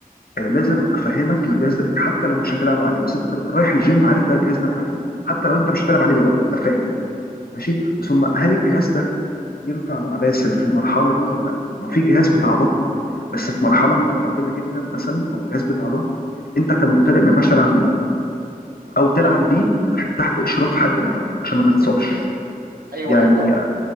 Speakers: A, on the left (about 80°); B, on the right (about 75°).
A: آه، لازم افهمك الجهاز ده حتى لو مش هتلعب عليه بس انت تبقى رايح الجيم عارف ده الجهاز ده بتاع ايه حتى لو انت مش هتلعب عليه دلوقتي تبقى فاهم ماشي وثم هل الجهاز ده ينفع مع باسل في المرحله دي ولا لا ما في جهاز بتاع بطن بس في مرحله متقدمه جدا مثلا او جهاز بتاع ظهر انت كمبتدئ ما ينفعش تلعب بيه او تلعب
B: امم
A: بيه تحت تحت اشراف حد معاك عشان ما تتصابش
B: ايوه
A: يعني
B: حلوه قوي